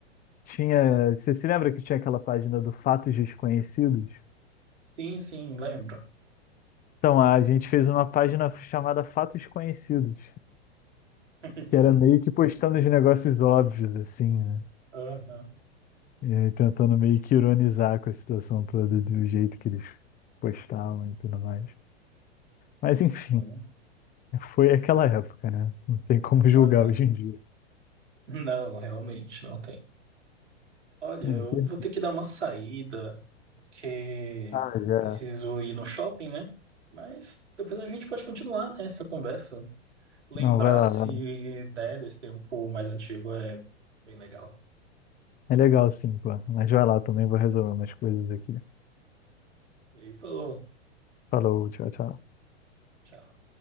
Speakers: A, on the left; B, on the right.
A: Tinha,
B: Sim,
A: você se lembra que tinha aquela página do Fatos Desconhecidos?
B: sim, sim, lembro.
A: Então, a gente fez uma página chamada Fatos Conhecidos, <laughs>
B: <laughs>
A: que era meio que postando os negócios óbvios, assim, né?
B: Aham,
A: E aí tentando meio que ironizar com a situação toda, do jeito que eles postavam e tudo mais. Mas, enfim.
B: sim,
A: Foi aquela época, né? Não tem como julgar
B: aham.
A: hoje em dia.
B: Não, realmente não tem. Olha,
A: Não,
B: eu
A: que-
B: vou ter que dar uma saída, porque
A: Ah, já.
B: preciso ir no shopping, né? Mas depois a gente pode continuar essa conversa. lembrar
A: Não, vai lá,
B: assim,
A: vai lá.
B: né, desse tempo mais antigo é bem legal.
A: É legal sim, pô. Mas vai lá também, vou resolver umas coisas aqui.
B: E aí falou,
A: Falou, tchau, tchau.
B: tchau.